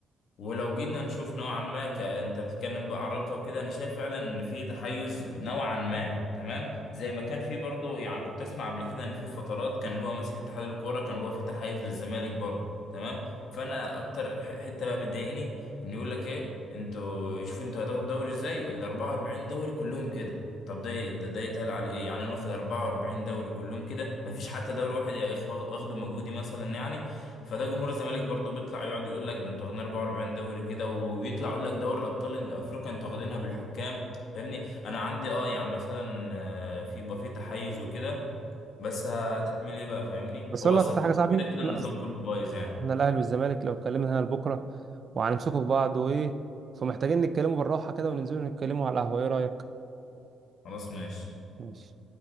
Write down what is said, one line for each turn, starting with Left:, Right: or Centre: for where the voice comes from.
Left: ولو جينا نشوف نوعا ما ك... انت بتتكلم بقى عن رابطه وكده انا شايف فعلا ان في تحيز نوعا ما تمام زي ما كان في برضه يعني كنت اسمع قبل كده ان في فترات كان اللي هو ماسك اتحاد الكوره كان بيبقى في تحيز للزمالك برضه تمام فانا اكتر ح- حته بقى بتضايقني ان يقول لك ايه انتوا شوفوا انتوا هتاخدوا الدوري ازاي ال 44 دوري كلهم كده طب ده ده يتقال على ايه يعني انا واخد 44 دوري كلهم كده مفيش حتى دوري واحد يا اخي واخده مجهودي مثلا يعني فده جمهور الزمالك برضه بيطلع يقعد يقول لك ده انتوا واخدين 44 دوري كده ويطلع يقول لك دوري الابطال الافريقي انتوا واخدينها بالحكام فاهمني انا عندي اه يعني مثلا آه، في يبقى في تحيز وكده بس هتعمل ايه بقى فاهمني
Right: بس
Left: هو
Right: اقول
Left: اصلا
Right: لك بس حاجه يا صاحبي
Left: كده كده
Right: احنا
Left: النظام
Right: اصلا
Left: كله بايظ يعني
Right: احنا الاهلي والزمالك لو اتكلمنا هنا لبكره وهنمسكوا في بعض وايه فمحتاجين نتكلموا بالراحه كده وننزلوا نتكلموا على القهوه ايه رايك
Left: خلاص ماشي
Right: ماشي